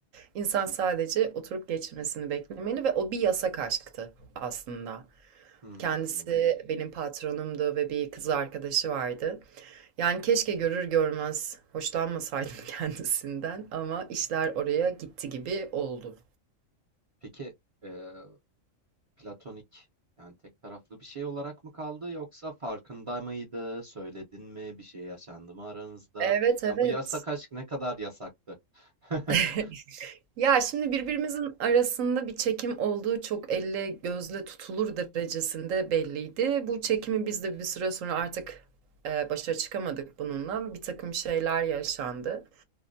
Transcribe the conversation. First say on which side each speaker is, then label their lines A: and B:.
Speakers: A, on the right (about 75°); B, on the right (about 35°).
A: İnsan sadece oturup geçmesini beklemeli ve o bir yasak aşktı aslında.
B: Hımm.
A: Kendisi benim patronumdu ve bir kız arkadaşı vardı. Yani keşke görür görmez hoşlanmasaydım <laughs> kendisinden ama işler oraya gitti gibi oldu.
B: Peki, eee, platonik, yani, tek taraflı bir şey olarak mı kaldı yoksa farkında mıydı? Söyledin mi? Bir şey yaşandı mı aranızda?
A: Evet
B: Yani,
A: evet.
B: bu yasak aşk ne kadar yasaktı? <laughs>
A: <laughs> Ya şimdi birbirimizin arasında bir çekim olduğu çok elle gözle tutulur derecesinde belliydi. Bu çekimi biz de bir süre sonra artık e, başa çıkamadık bununla. Bir takım şeyler yaşandı.